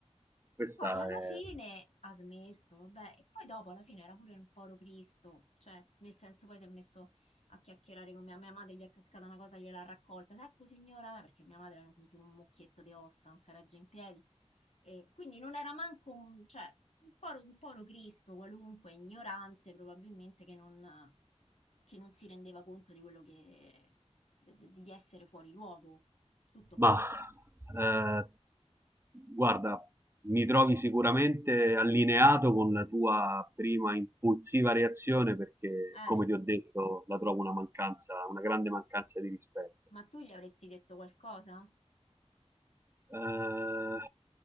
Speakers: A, on the right; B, on the left.
A: questa
B: Poi alla
A: è
B: fine ha smesso, vabbè, e poi dopo alla fine era pure un povero Cristo, cioè nel senso poi si è messo a chiacchierare con mia, mia madre, gli è cascata una cosa, gliel'ha raccolta, ecco signora, perché mia madre era tipo un mucchietto di ossa, non si regge in piedi, e quindi non era manco un, cioè, un povero, un povero Cristo qualunque, ignorante probabilmente, che non, che non si rendeva conto di quello che, de- de- di essere fuori luogo, tutto
A: Ma
B: qua.
A: eh, guarda, mi trovi sicuramente allineato con la tua prima impulsiva reazione perché,
B: Eh,
A: come ti ho detto, la trovo una mancanza, una grande mancanza di rispetto.
B: ma tu gli avresti detto qualcosa?
A: Eh,